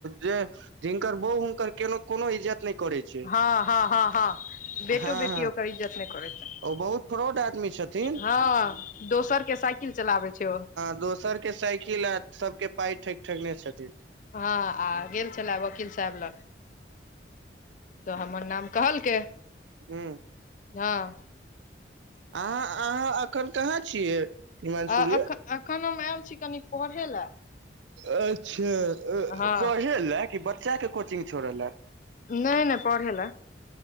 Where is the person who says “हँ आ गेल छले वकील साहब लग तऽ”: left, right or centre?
Left